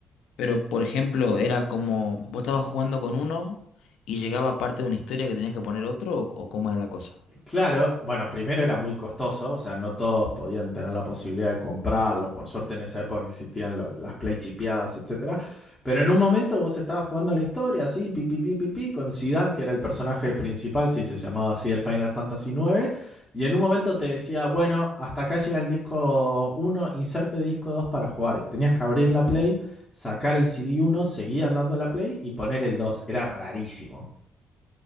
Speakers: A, on the left; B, on the left.
A: Pero, por ejemplo, era como vos estabas jugando con uno y llegaba parte de una historia que tenías que poner otro o, o cómo era la cosa.
B: Claro, bueno, primero era muy costoso, o sea, no todos podían tener la posibilidad de comprarlos. Por suerte en esa época existían lo- las play chipeadas, etcétera. Pero en un momento vos estabas jugando la historia, así, pi, pi, pi, pi, pi, con Zidane, que era el personaje principal, sí, se llamaba así el Final Fantasy IX, y en un momento te decía, bueno, hasta acá llega el disco uno, inserte disco 2 para jugar. Y tenías que abrir la play, sacar el CD uno, seguir andando la play y poner el dos, Era rarísimo.